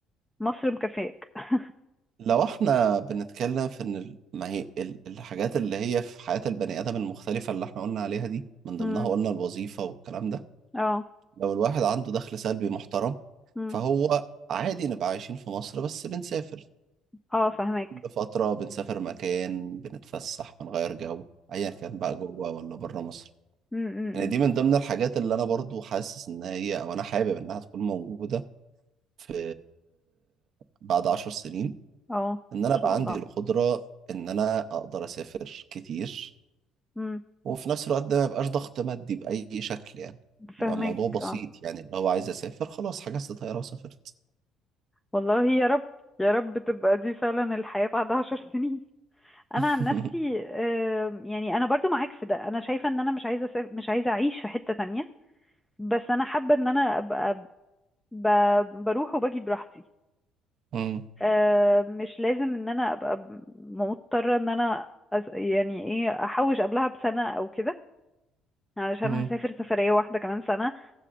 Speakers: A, in the centre; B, on the right.
A: مصر مكفياك <laughs>
B: لو احنا بنتكلم في ان ال- ما هي ال- الحاجات اللي هي في حياه البني ادم المختلفه اللي احنا قلنا عليها دي من ضمنها
A: امم
B: قلنا الوظيفه والكلام ده
A: اه
B: لو الواحد عنده دخل سلبي محترم
A: امم
B: فهو عادي نبقى عايشين في مصر بس بنسافر
A: اه فهمك
B: كل فترة بنسافر مكان بنتفسح بنغير جو أيا كان بقى جوه ولا بره مصر
A: اه
B: يعني دي من ضمن الحاجات اللي أنا برضو حاسس إن هي أو أنا حابب إنها تكون موجودة في بعد عشر سنين
A: اه ان
B: إن أنا
A: شاء
B: أبقى عندي
A: الله
B: القدرة إن أنا أقدر أسافر كتير
A: امم
B: وفي نفس الوقت ده ما يبقاش ضغط مادي بأي شكل يعني
A: فاهمك
B: يبقى الموضوع بسيط
A: اه
B: يعني لو عايز أسافر خلاص حجزت طيارة وسافرت
A: والله يا رب يا رب تبقى دي فعلا الحياة بعد عشر سنين انا
B: <laughs>
A: عن نفسي آم، يعني انا برضو معاك في ده انا شايفة ان انا مش عايزة أسافر مش عايزة اعيش في حتة تانية بس انا حابة ان انا ابقى ب... بروح وباجي براحتي
B: مم.
A: آم، مش لازم ان انا ابقى ب- مضطرة ان انا أس... يعني ايه احوش قبلها بسنة او كده علشان
B: مم.
A: هسافر سفرية واحدة كمان سنة